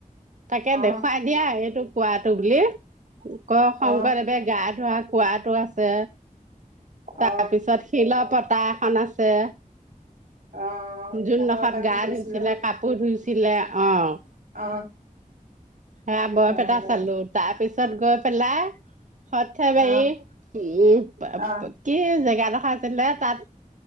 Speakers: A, on the right (about 60°); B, on the right (about 80°).
A: তাকে
B: অ অ
A: দেখুৱাই দিয়া এইটো কোৱাটো বুলি। অ'
B: অ
A: শংকৰদেৱে গা ধোৱা কোৱাটো আছে।
B: অ
A: তাৰপিছত শিল পাত পতা এখন আছে।
B: অ
A: জুন
B: সেইখনত
A: দখত
B: বা
A: গা
B: কি কৰিছিলে
A: ধুইছিলে কাপোৰ ধুইছিলে অ'
B: অ
A: সেয়া বৰপেটা
B: হয় দে
A: চালো। তাৰপিছত, ত গৈ পেলাই, সথেবাৰী
B: অ
A: উম
B: অ
A: কি জেগাডখ আছিলে তাত